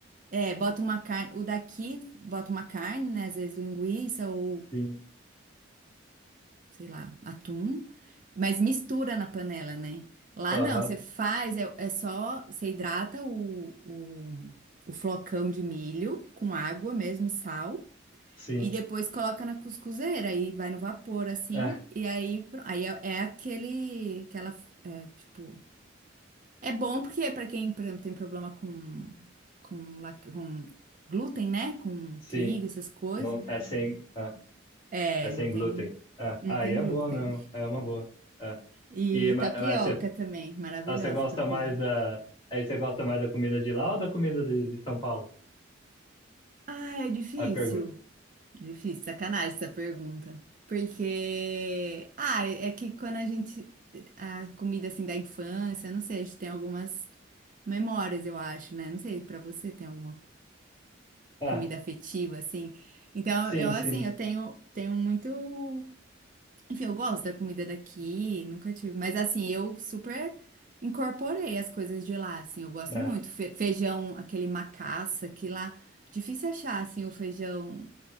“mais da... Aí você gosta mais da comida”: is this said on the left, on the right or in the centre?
Left